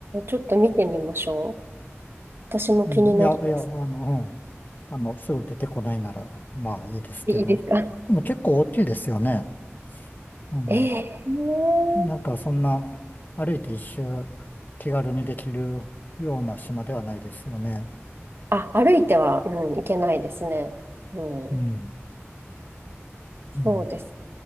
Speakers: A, on the right; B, on the left.
A: ちょっと見てみましょう。私も気になります。
B: うん、いや、いや、あの、うん、あの、すぐ出てこないなら、まあいいですけど。
A: いいですか
B: でも結構大きいですよね。あの、
A: <laughs> ええ
B: なんかそんな、歩いて一周気軽にできるような島ではないですよね。
A: あ、歩いては、うん、いけないですね。うん、
B: うん。ね
A: そうです